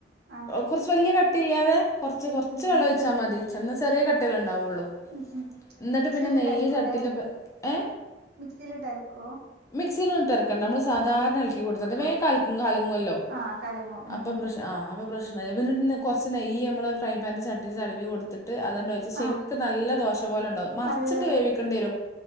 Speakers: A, on the right; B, on the left.
A: ആഹ്
B: കുറച്ച് വല്യ ക കട്ടില്ലാതെ കൊറച്ച് കൊറച്ച്
A: ഉം
B: വെള്ളൊഴിച്ചാ
A: ഉം
B: മതി എന്ന ചെറിയ കട്ടില്ലാണ്ട് ണ്ടാവൊള്ള
A: ഉം ഉം
B: എന്നിട്ട്
A: മിക്സിയിലിട്ട്
B: പിന്നെ നെയ്യ്
A: അരക്കൂല്ലേ
B: ചട്ട്ടീല് ഏ
A: മിക്സിയിലിട്ട് അരക്കോ
B: മിക്സിയിലിട്ട് അര ക്കണ്ട നമ്മ സാധാരണ എളക്കി കൊടുത്ത വേം
A: ആഹ്
B: കല കലങ്ങോലോ
A: ആഹ് കലങ്ങും ഉം
B: അപ്പൊ
A: ഉം
B: ആ <unintelligible> പിന്നേ കൊറച്ച് നെയ്യ് നമ്മൾ ഫ്രൈ പാനന്റെ ചട്ടിയിൽ തടവി കൊടുത്തിട്ട് അതോണ്ട് ഒഴിച്ച് ശരിക്ക്
A: ആഹ്
B: നല്ല ദോശ പോലെ ഉണ്ടാവും മറിച്ചിട്ട്
A: നല്ലത്
B: വേവിക്കേണ്ടി വരും